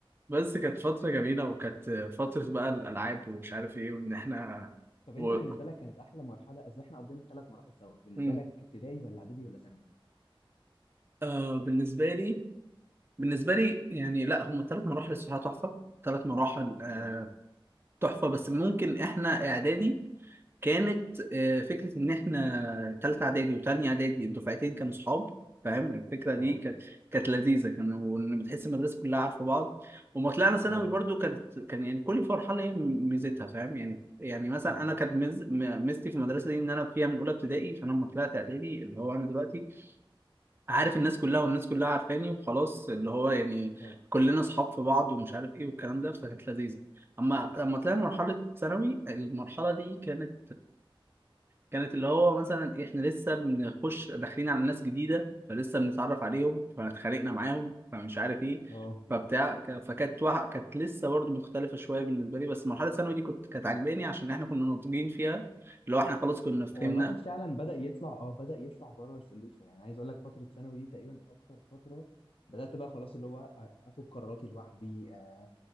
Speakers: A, on the right; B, on the left.
A: بس كانت فترة جميلة وكانت فترة بقى الألعاب ومش عارف إيه وإن إحنا
B: طب
A: و...
B: انت بالنسبه لك كانت احلى مرحله قصدي احنا قضينا الثلاث مراحل سوا بالنسبه
A: مم.
B: لك ابتدائي ولا اعدادي ولا ثانوي
A: آه بالنسبة لي بالنسبة لي يعني لا هم ثلاث مراحل الصراحة تحفة ثلاث مراحل آه
B: اه
A: تحفة بس ممكن إحنا إعدادي كانت آه، فكرة إن إحنا تالتة إعدادي وتانية إعدادي الدفعتين كانوا صحاب فاهم الفكرة دي
B: اه
A: كانت كانت لذيذة كان وإن بتحس المدرسة كلها عارفة بعض وما طلعنا ثانوي
B: اه
A: برضو كانت كان يعني كل مرحلة هي ميزتها فاهم يعني يعني مثلا
B: اه
A: أنا كانت ميز- م- ميزتي في المدرسة دي إن أنا فيها من أولى ابتدائي فأنا لما طلعت إعدادي اللي هو أنا دلوقتي عارف الناس كلها والناس كلها عارفاني وخلاص اللي هو يعني
B: اه
A: كلنا صحاب في بعض ومش عارف إيه والكلام ده فكانت لذيذة أما لما طلعنا مرحلة ثانوي المرحلة دي كانت كانت اللي هو مثلا احنا لسه بنخش داخلين على ناس جديده فلسه بنتعرف عليهم فاتخانقنا معاهم فمش عارف ايه
B: اه
A: فبتاع ك- فكانت وع... كانت لسه برضه مختلفه شويه بالنسبه لي بس مرحله الثانوي دي كنت كانت عاجباني عشان احنا كنا ناضجين فيها اللي هو احنا خلاص كنا فهمنا
B: هو الواحد فعلا بدأ يطلع اه بدأ يطلع بره الصندوق شويه يعني عايز اقول لك فتره ثانوي دي تقريبا اكتر فتره بدأت بقى خلاص اللي هو آ- اخد قراراتي لوحدي آ-